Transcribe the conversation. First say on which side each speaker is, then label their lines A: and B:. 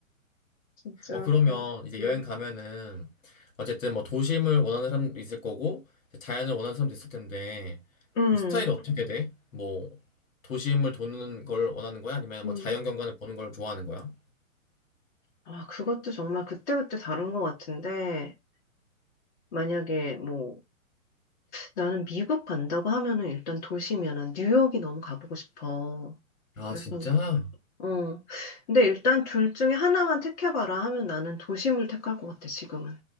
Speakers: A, on the left; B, on the left.
A: 진짜
B: 어, 그러면
A: 그런,
B: 이제
A: 응,
B: 여행 가면은 어쨌든 뭐 도심을 원하는 사람도 있을 거고 이제 자연을 원하는 사람도 있을 텐데
A: 응,
B: 스타일이 어떻게 음. 돼? 뭐 도심을 도는 걸 원하는 거야? 아니면
A: 응.
B: 뭐 자연 경관을 보는 걸 좋아하는 거야?
A: 아, 그것도 정말 그때그때 다른 것 같은데, 만약에 뭐, 나는 미국 간다고 하면은 일단 도시면은 뉴욕이 너무 가보고 싶어.
B: 아,
A: 그래서,
B: 진짜?
A: 어. 근데 일단 둘 중에 하나만 택해봐라 하면 나는 도심을 택할 것 같아, 지금은.